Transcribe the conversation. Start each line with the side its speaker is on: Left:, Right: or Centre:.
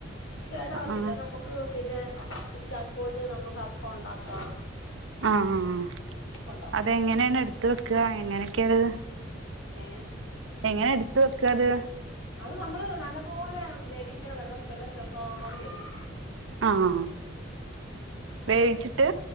Left: അത് കേടാവത്തില്ല
Right: ആഹ്
Left: നമുക്ക് പിന്നെ ചക്കകൊണ്ട് നമുക്ക് അപ്പം ഉണ്ടാക്കാം
Right: ആഹ്
Left: ഒക്കെ ഉണ്ടാക്കാം
Right: അതെങ്ങനെയാണ് എടുത്ത് വെക്കുക എങ്ങനെയൊക്കെയാണത്
Left: ഏഹ്
Right: എങ്ങനെ എടുത്ത് വെക്കാത്
Left: അത് നമ്മള് നല്ല പോലെ വേവിക്കണം. വെള്ളം വെള്ളം ചേർക്കാതെ വേവിക്കണം.
Right: ആഹ്
Left: അന്നിട്ട്
Right: വേവിച്ചിട്ട്